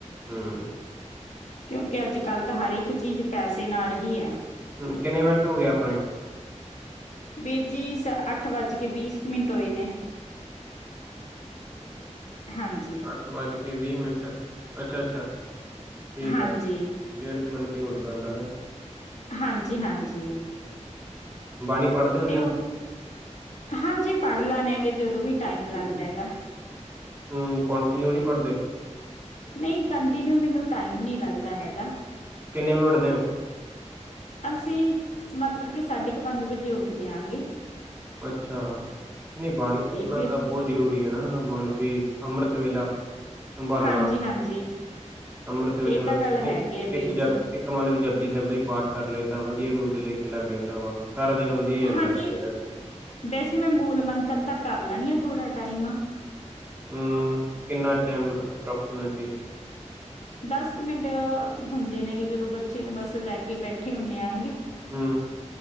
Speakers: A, on the right; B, on the left.
A: ਹਮ
B: ਕਿਉਂਕਿ ਅੱਜ ਕੱਲ੍ਹ ਤਾਂ ਹਰ ਇੱਕ ਚੀਜ਼ ਪੈਸੇ ਨਾਲ ਹੀ ਐ।
A: ਹੂੰ, ਕਿੰਨੇ ਮਿੰਟ ਹੋ ਗਏ ਆਪਣੇ
B: ਬੀਰ ਜੀ ਸ ਅੱਠ ਵੱਜ ਕੇ ਬੀਸ ਮਿੰਟ ਹੋਏ ਨੇ ਹਾਂਜੀ
A: ਅੱਠ ਵੱਜ ਕੇ ਵੀਹ ਮਿੰਟ ਅੱਛਾ-ਅੱਛਾ, ਠੀਕ
B: ਹਾਂਜੀ
A: ਹੈ ਡੇਢ ਮਣ ਦੀ ਹੋਰ ਗੱਲ ਐ।
B: ਹਾਂਜੀ-ਹਾਂਜੀ,
A: ਬਾਣੀ ਪੜ੍ਹਦੇ ਹੁੰਨੇ
B: ਤੇ ਹਾਂਜੀ ਪੜ੍ਹ ਲੈਨੇ ਆ ਗੇ ਜਦੋਂ ਵੀ ਟਾਈਮ
A: ਓ?
B: ਲੱਗਦਾ ਹੈ ਗ
A: ਹੂੰ, ਕੰਟੀਨਿਊ ਨਹੀਂ ਪੜ੍ਹਦੇ
B: ਨਹੀਂ ਕੰਟੀਨਿਊ ਮੈਨੂੰ ਟਾਈਮ ਨੀ ਲੱਗਦਾ ਹੈਗਾ।
A: ਕਿੰਨੇ ਵੀ ਉੱਡਦੇ ਔ
B: ਅਸੀਂ ਮਤਲਬ ਕਿ ਸਾਢੇ ਕ ਪੰਜ ਵਜੇ ਉੱਠਦੇ ਆ ਗੇ
A: ਅੱਛਾ ਨਹੀਂ ਬਾਣੀ ਕਰਨਾ
B: ਫਿਰ
A: ਤਾਂ ਬਹੁਤ ਜਰੂਰੀ ਹੈ, ਨਾ ਮਤਲਬ ਵੀ ਅੰਮ੍ਰਿਤ ਵੇਲਾ ਸੰਭਾਲਣਾ
B: ਹਾਂਜੀ ਹਾਂਜੀ
A: ਅੰਮ੍ਰਿਤ ਵੇਲੇ
B: ਇਹ ਤਾਂ ਗੱਲ ਹੈਗੀ
A: ਇੱਕ-ਇੱਕ
B: ਹੈ ਵੀਰ ਜੀ
A: ਮਤਲਬ ਜਪ ਜਿੱਥੇ ਤੁਸੀਂ ਪਾਠ ਕਰ ਲਿਆ ਤਾਂ ਵਧੀਆ ਗੁਰੂ ਤੇ ਲੇਖੇ ਲੱਗ ਜਾਂਦਾ ਵਾ ਸਾਰਾ ਦਿਨ ਵਧੀਆ ਜਾਂਦਾ
B: ਹਾਂਜੀ
A: ਆਪ
B: ਵੈਸੇ ਮੈਂ ਮੂਲ ਮੰਤਰ ਤਾਂ ਕਰ ਲੈਨੀ ਆ। ਥੋੜ੍ਹਾ ਟਾਈਮ,
A: ਹੂੰ, ਕਿੰਨਾ ਟਾਈਮ ਅਪਰੋਕਸੀਮੇਟਲੀ?
B: ਦਸ ਕੁ ਮਿੰਟ ਹੁੰਦੇ ਨੇ ਗੇ ਜਦੋਂ ਬੱਚੇ ਨੂੰ ਬਸ ਲੈ ਕੇ ਬੈਠੇ ਹੁੰਨੇ ਆਂ ਗੇ।
A: ਹੂੰ,